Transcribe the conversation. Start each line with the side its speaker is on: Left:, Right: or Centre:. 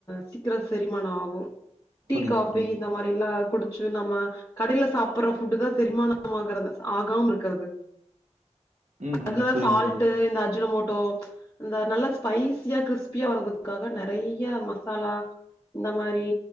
Left: சீக்கிர செரிமானொ ஆகு. டீ
Right: புரியுது,
Left: காஃபி
Right: புரியுது.
Left: இந்த மாரில்லா குடுச்சு நம்ம கடைல சாப்பட்ற ஃபுட்டு் தா செரிமானோ ஆகறது ஆகாம இருக்கறது.
Right: ம்,
Left: அதா
Right: ம். புரியுது,
Left: சால்ட்டு
Right: புரியுது.
Left: இந்த அஜுனமோட்டோ இந்த நல்ல ஸ்பைசியா க்றிஸ் பியா வர்துக்காக நறையா மசாலா இந்த மாரி